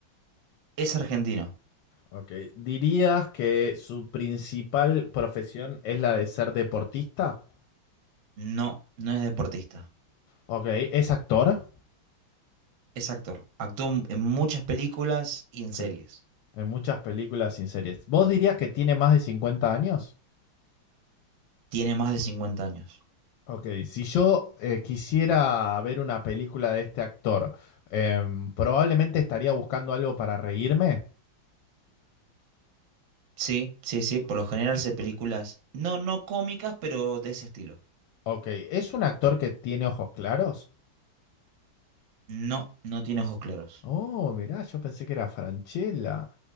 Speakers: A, on the right (about 60°); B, on the left (about 75°).
A: Es argentino.
B: Ok. ¿Dirías que su principal profesión es la de ser deportista?
A: No, no es deportista.
B: Ok. ¿Es actor?
A: Es actor. Actuó en muchas películas y en
B: Sí.
A: series.
B: En muchas películas y series. ¿Vos dirías que tiene más de 50 años?
A: Tiene más de 50 años.
B: Ok. Si yo eh, quisiera ver una película de este actor, em, probablemente estaría buscando algo para reírme.
A: Sí, sí, sí. Por lo general hace películas, no, no cómicas, pero de ese estilo.
B: Ok. ¿Es un actor que tiene ojos claros?
A: No, no tiene ojos claros.
B: Oh, mirá, yo pensé que era Franchella.